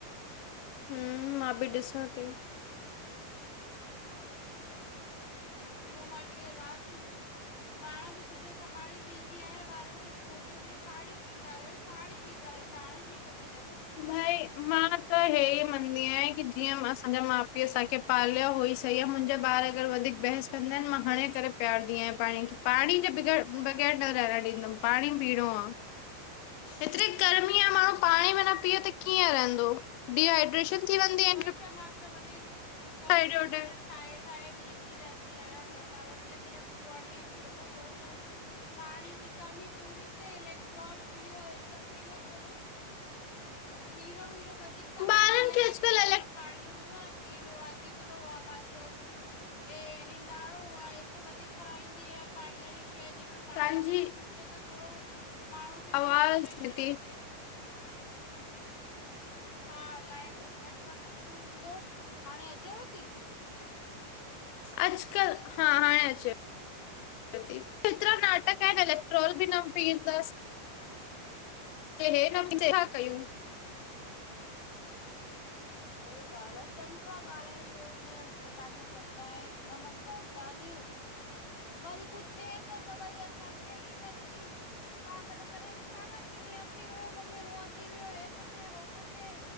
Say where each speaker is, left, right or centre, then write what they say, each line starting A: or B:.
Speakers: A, on the left; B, on the left.
A: हिम्म मां बि ॾिसां थी।
B: प्रया मांी रात। पाण बि सुठे सां पाणी पीअंदी आहियां ॿारनि खे बि चवंदी आहिय भईया पाणी पीअंदा रहियो पाणी पीअंदा रहियो। पाण जी कमी न थिए।
A: भई मां त हेहे ई मंदी आहियां की जीअं असांजा माउ पीउ असांखे पालिया हुई सही आहे मुंहिंजा बार अगर वधीक बहस चंदनि मां हणे करे पीआारंदी आहियां पाणी खे पाणी जे बगैर बग़ैर न रहणु ॾींदमि पाणी पीअणो आ। एतिरी गर्मी आ माण्हू पाणी में न पी त कीअं रहंदो। डीहाइड्रेशन थी वेंदी
B: उहोई त मां त वरी ग्लूकॉन
A: हेॾे
B: डी
A: होॾे
B: वगैर। ठाहे ठाहे ॾींदी रहंदी आहियां घर वारनि खे भई इीअ ग्ललुकोन बि पी वठो थोरो सो। पाणी जी कमी पूरी थिए इलेक्ट्रोल पीओ ह सब पीओ थोड़ो। खीरो वीरो वधीक खाराईंदी
A: ॿारनि
B: आयां
A: खे अॼुकल्ह
B: खीरे
A: इलेक्ट
B: में पाणी खीरो आ गिदरो आ पंहिंजो। हे हिंदाणो आहे हे सब वधीक खाराई ईंदी आहे पाणीअ वारी शइ जंहिंमें पाणी
A: तव्हांजी
B: वधीक हुजे त थोड़ो माण्हू खे
A: आवाज़
B: डिहाइड्रेशन
A: थी
B: न थिए हा अलाए कुछ नेटवर्क इशू हूंदो हाणे अचेव थी?
A: अॼुकल्ह हा हाणे अचे। हेतिरा नाटक आहिन इेक्ट्रोल बि न पींदासि। हे न छा कयूं।
B: सही ॻाल्हि आ चंडा ॿार त हीअं शतानियूं कंदा आहिनि न मञदा आहिनि ॻाल्हियूं। वरी कुछ थिए थो त वरी असांखे ई वरी। पागल करे था न की हीअं थी वियो मम्मी हूअं थी वियो हे थो थिए हो थो थिए।